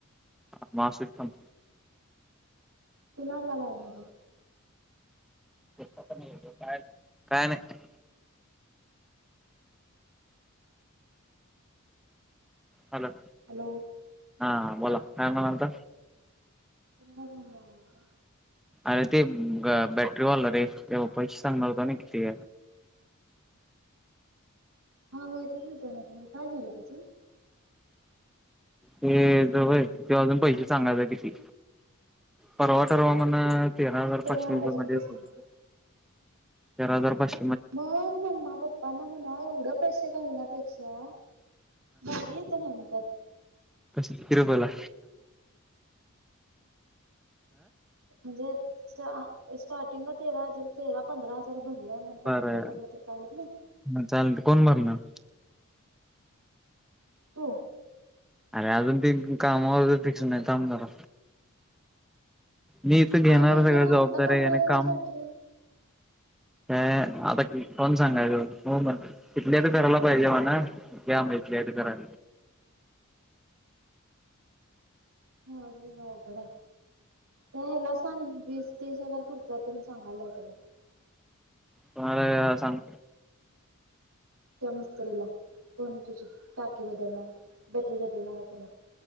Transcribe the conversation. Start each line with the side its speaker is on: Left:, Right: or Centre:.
Centre: ह मा सिद्थम
Right: कुणाला लावणार आहे
Centre: का काय नाही हॅलो
Right: हॅलो
Centre: हा बोला हा म्हणत
Right: कोड बणत
Centre: अरे ते बॅटरी वालं रे ते्हा पैसे सांगणारत ना किती
Right: हा तच जाणार तुमं काय झालं त्याच
Centre: ते जय ते अजून पैसे सांगायचा किती परवा ठरवा म्हण तेरा हजार
Right: तरी
Centre: पाचशे
Right: अंदाजे
Centre: रुपयाे मध्ये
Right: किती
Centre: होत
Right: सांग
Centre: होत तेरा हजार पाास
Right: मग मम्मा पप्पा ना म्हणा एवढं पैश क घालण्यापेक्षा बाारी येते न विनतात
Centre: क किरपला
Right: म्हणजे स्ट स्टार्टिंगला तेरा हजार तेरा पंरा हजार भरलं नंतर
Centre: बरं
Right: हप्ता भरला तर चालत नाही
Centre: ह चालेलते कोण भरणार
Right: तू
Centre: अरे अजून त कामावर फिक्शन नाही काम कर मी इथं घेणार
Right: अरे खरं
Centre: सगळं जबाबदारी
Right: आत्ता पंधरा
Centre: आहे आणि
Right: हजारची
Centre: काम
Right: बॅटरी
Centre: का आता कोण सांगायच हो म तथले तर करायला पाहिजे मणा घ मग इथले कराय
Right: वघड ह्याला सांग वीस तीस हजार खर्चात येून सांगायला हो त्याला
Centre: तुमला सांग
Right: त्या मिस्तरीला पण तुझी टाकी बदलणार बॅटरी बदलणार आहे तला